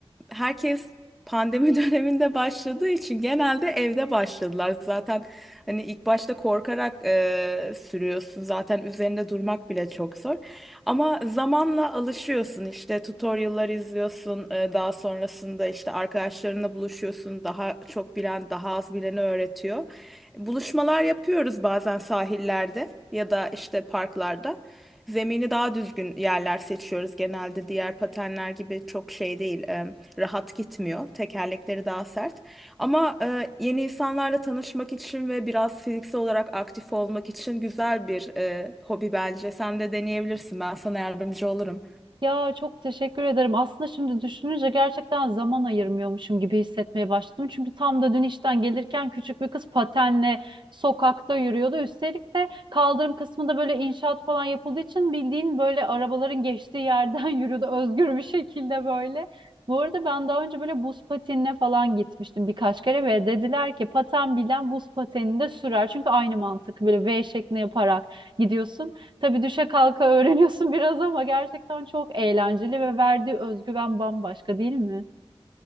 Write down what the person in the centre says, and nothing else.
herkes pandemi <laughs> döneminde başladığı için genelde evde başladılar. Zaten hani ilk başta korkarak e, sürüyorsun. Zaten üzerinde durmak bile çok zor. Ama zamanla alışıyorsun. İşte tutorial'lar izliyorsun. E, daha sonrasında işte arkadaşlarınla buluşuyorsun. Daha çok bilen, daha az bileni öğretiyor. Buluşmalar yapıyoruz bazen sahillerde ya da işte parklarda. Zemini daha düzgün yerler seçiyoruz genelde. Diğer patenler gibi çok şey değil, e, rahat gitmiyor. Tekerlekleri daha sert. Ama e, yeni insanlarla tanışmak için ve biraz fiziksel olarak aktif olmak için güzel bir e, hobi bence. Sen de deneyebilirsin. Ben sana yardımcı olurum.